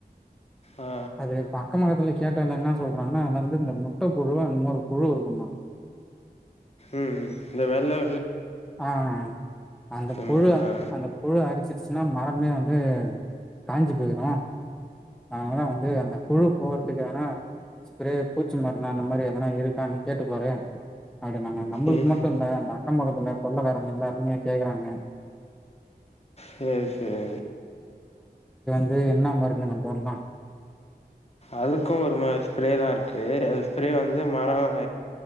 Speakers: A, on the left (about 40°); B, in the centre.
A: ஆ
B: அது பக்கமக்கத்துல கேட்டல என்ன சொல்றாங்கன்னா அது வந்து இந்த முட்ட புழுவ இண்ணொரு புழு இருக்கும்மா
A: ம் இந்த வெல்ல
B: ஆஹ் அந்த புழு
A: மாரி ஆ
B: அந்த புழு அரிச்சிருச்சு ன்னா மரமே வந்து காஞ்சி போயிரு அதனால வந்து அந்த புழு போறதுக்கு ஏதாவது ச்பரே பூச்சி மருணா அந்த மாரி எதனா இருக்கான்னு கேட்டு பாறு அட நாங்க நம்பளுக்கு
A: ம்
B: மட்டுல அந்த அக்கம் பக்கத்துல கொள்ளக்காரங்க எல்லாருமே கேக்குறாங்க
A: செரி செரி
B: அது என்ன மருந்து ந போன்லா
A: அதுக்கு ஒரு மா ஸ்ப்ரே தா இருக்கு அது ஸ்ப்ரே வந்து மரம்